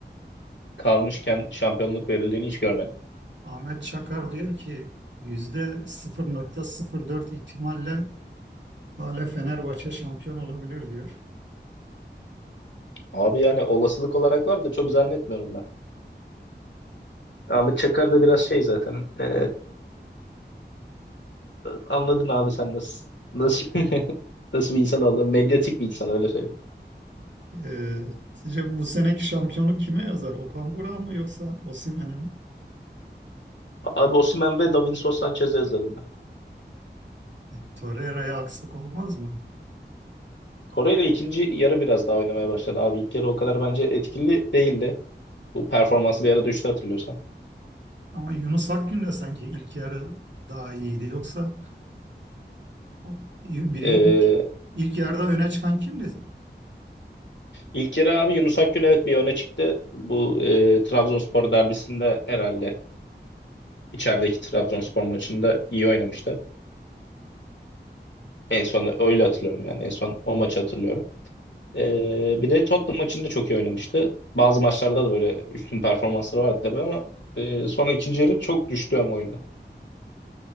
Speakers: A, on the left; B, on the right.
A: kalmışken şampiyonluk verildiğini hiç görmedim.
B: Ahmet Çakar diyor ki yüzde %0.04 ihtimalle hala Fenerbahçe şampiyon olabilir diyor.
A: Abi yani olasılık olarak var da çok zannetmiyorum ben. Ahmet Çakar da biraz şey zaten. Ee, anladın abi sen nasıl nasıl <laughs> nasıl bir insan olduğunu. Medyatik bir insan öyle söyleyeyim.
B: Ee, sizce bu seneki şampiyonluk kime yazar? Okan Burak'a mı yoksa Osimhen'e mi?
A: Abi Osimhen ve Davinson Sanchez'i yazarım
B: E, Torreira'ya akslık olmaz mı?
A: Torreira ikinci yarı biraz daha oynamaya başladı abi. İlk yarı o kadar bence etkili değildi. Bu performansı bir ara düştü hatırlıyorsam.
B: Ama Yunus Akgün de sanki ilk yarı daha iyiydi. Yoksa o- birin
A: Ee,
B: ilk, ilk yarıda öne çıkan kimdi?
A: ilk yarı abi Yunus Akgün evet bir öne çıktı. Bu e, Trabzonspor derbisinde herhalde içerideki Trabzonspor maçında iyi oynamıştı. En son öyle hatırlıyorum yani. En son o maçı hatırlıyorum. Ee, bir de Tottenham maçında çok iyi oynamıştı. Bazı maçlarda da böyle üstün performansları vardı tabii ama e, sonra ikinci yarı çok düştü ama oyunda.